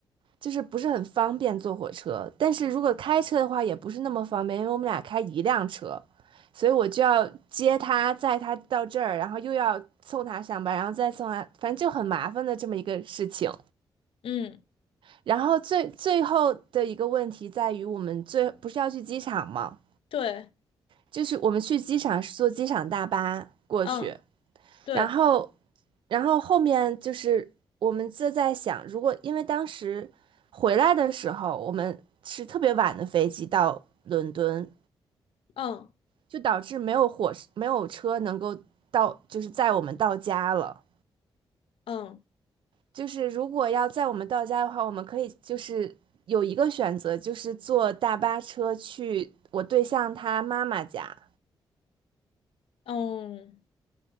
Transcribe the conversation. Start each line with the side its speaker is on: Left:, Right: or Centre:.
Right: 就是不是很方便坐火车。但是如果开车的话也不是那么方便，因为我们俩开一辆车，所以我就要接他，载他到这儿，然后又要送他上班，然后再送他，反正就很麻烦的这么一个事情。
Left: 嗯，
Right: 然后最最后的一个问题在于，我们最不是要去机场吗？
Left: 对，
Right: 就是我们去机场是坐机场大巴过去，
Left: 嗯，对，
Right: 然后然后后面就是我们就在想，如果因为当时回来的时候我们是特别晚的飞机到伦敦，
Left: 嗯，
Right: 就导致没有火没有车能够到，就是载我们到家了。
Left: 嗯，
Right: 就是如果要在我们到家的话，我们可以就是有一个选择，就是坐大巴车去我对象他妈妈家。
Left: 嗯，嗯。